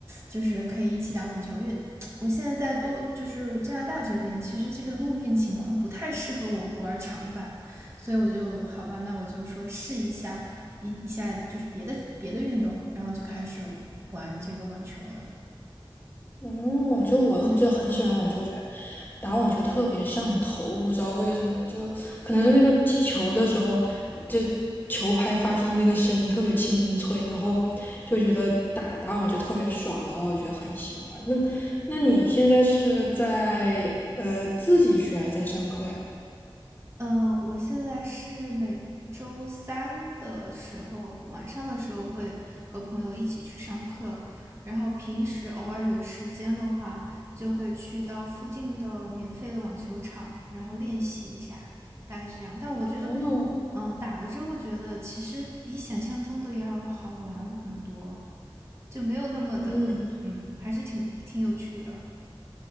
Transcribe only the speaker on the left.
哦，就我就很喜欢网球，
我觉得打网球特别上头，不知道为什么，就可能是那个击球的时候，就球拍发出的那个声音特别清脆，然后就觉得打打网球特别爽，然后我就很喜欢。那那你现在是在呃自己学还是在上课呀？
哦，
嗯，